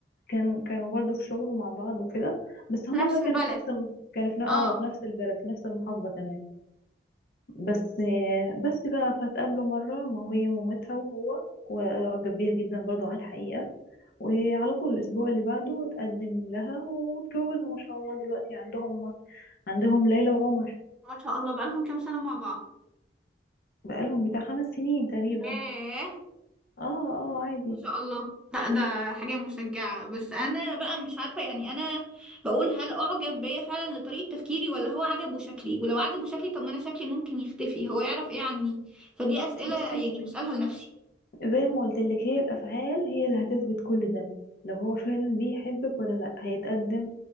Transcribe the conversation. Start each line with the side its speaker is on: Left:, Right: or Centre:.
Left: كان كانوا برضو في شغل مع بعض وكده بس هما
Centre: في نفس
Left: بقى
Centre: البلد
Left: كانوا في نفس الم... كانوا في ن- اه
Centre: اه
Left: في نفس البلد في نفس المحافظة كمان بس آه، بس بقى فتقابلوا مرة ما هي مامتها وهو وأعجب بيها جدا برضو على الحقيقة وعلى طول الأسبوع اللي بعده اتقدم لها واتجوزوا ما شاء الله دلوقتي عندهم عندهم ليلى وعمر
Centre: ما شاء الله بقالهم كام سنه مع بعض
Left: بقالهم بتاع خمس سنين تقريبا
Centre: ياه
Left: اه اه عادي
Centre: شاء الله لا ده حاجة مشجعة بس أنا بقى مش عارفة يعني أنا بقول هل أعجب بيا فعلا لطريقة تفكيري ولا هو عجبه شكلي ولو عجبه شكلي طب ما أنا شكلي ممكن يختفي هو يعرف إيه عني فدي أسئلة
Left: بصي
Centre: يعني بسألها لنفسي
Left: زي ما قلت لك هي الأفعال هي اللي هتثبت كل ده لو هو فعلا بيحبك ولا لا هيتقدم